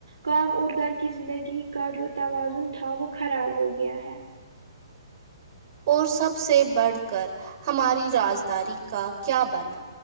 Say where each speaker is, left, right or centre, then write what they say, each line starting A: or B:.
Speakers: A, on the right; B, on the right.
A: کام اور گھر کی زندگی کا جو توازن تھا وہ خراب ہو گیا ہے
B: اور سب سے بڑھ کر ہماری رازداری کا کیا بنا